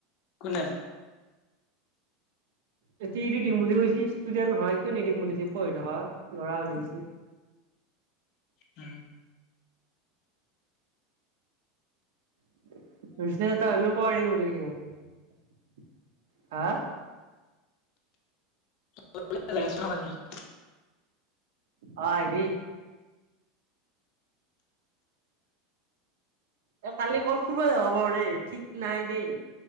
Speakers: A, on the left (about 45°); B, on the right (about 80°).
A: কোনে?
B: <unintelligible> দিম বুলি কৈছে, ষ্টুডেণ্ট হয়। কিয় নিদিম, বুলি পঢ়ি থকা ল'ৰা বুলি কৈছে।
A: উম!
B: <unintelligible>
A: <unintelligible>
B: অ'! আহিবি? এ, কালি ক'ত ফুৰিব যাবা <unintelligible> ঠিক নাই দেই,